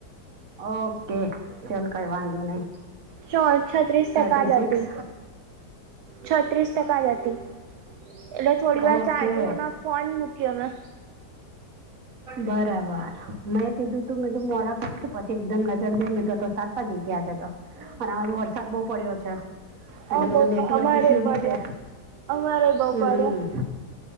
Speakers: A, on the right; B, on the right.
A: ઓકે ચલ કઈ વાંધો નહી-
B: ચો છત્રીસ
A: થર્ટી
B: તકા જ
A: સિક્સ
B: હતી છત્રીસ ટકા જ હતી એટલે થોડી વાર
A: ઓકે
B: ચાર્જિંગમાં ફોન મુ કયો મે
A: બરાબર મેં કીધું તું મેધું મોડા <unintelligible> એકદમ નજર જઈને તો તો સાત પા ની ગયા જ તો પણ હ વરસાદ બહુ પડ્યો છે.
B: અ
A: અને
B: બહુ
A: બધ નેટવર્ક
B: અમારે
A: ઇશ્યુ
B: પડ્યો
A: બી છે.
B: અમારે બહુ
A: હમ-
B: પડ્યો